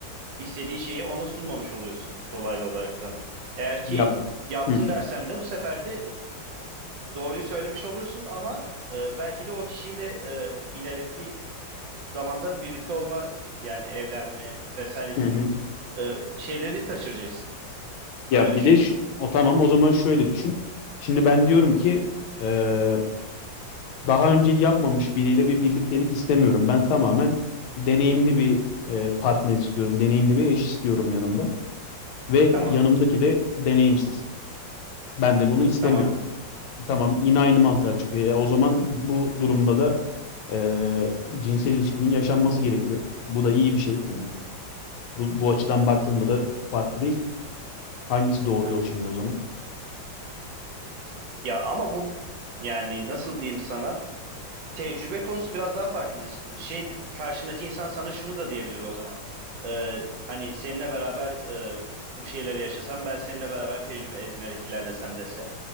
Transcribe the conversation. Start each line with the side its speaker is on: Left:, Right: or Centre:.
Right: istediği şeyi ona sunmamış oluyorsun dolaylı olaraktan. Eğer ki
Left: Ya
Right: yaptım
Left: hı
Right: dersen de bu sefer de doğruyu söylemiş olursun ama e, belki de o kişiyle e, ileriki zamanda birlikte olma yani evlenme vesaire gibi
Left: hı. hı.
Right: e, şeyleri kaçıracaksın.
Left: Ya
Right: Böyle düşün.
Left: bir de şu- o tamam o zaman şöyle düşün. Şimdi ben diyorum ki eee, daha önce yapmamış biriyle bir birliktelik istemiyorum. Ben tamamen deneyimli bir eee, partner istiyorum. Deneyimli bir eş istiyorum yanımda. Ve
Right: Tamam.
Left: yanımdaki de deneyimsiz. Ben de bunu istemiyorum.
Right: Tamam.
Left: Tamam yine aynı mantığa çıkıyor. E, o zaman bu durumda da eee, cinsel ilişkinin yaşanması gerekiyor. Bu da iyi bir şey. Hani bu, bu açıdan baktığında da farklı değil. Hangisi doğru yol şimdi o zaman?
Right: Ya ama bu yani nasıl diyeyim sana? tecrübe konusu biraz daha farklı. Şey karşındaki insan sana şunu da diyebilir o zaman. Ee, hani seninle beraber e, bu şeyleri yaşasam ben seninle beraber tecrübe edinerek ilerlesem dese.